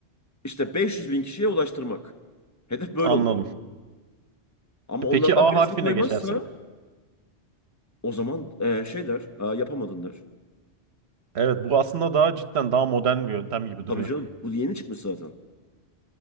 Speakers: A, on the left (about 15°); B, on the right (about 75°).
A: işte 500 bin kişiye ulaştırmak. Hedef böyle
B: anladım.
A: oluyor. Ama
B: E,
A: onlardan
B: Peki A
A: birisini
B: harfine
A: koymazsa
B: geçersek?
A: o zaman e, şey der. "Aa, yapamadın der.
B: Evet, bu aslında daha cidden daha modern bir yöntem gibi
A: Tabii
B: duruyor.
A: canım. Bu yeni çıkmış zaten.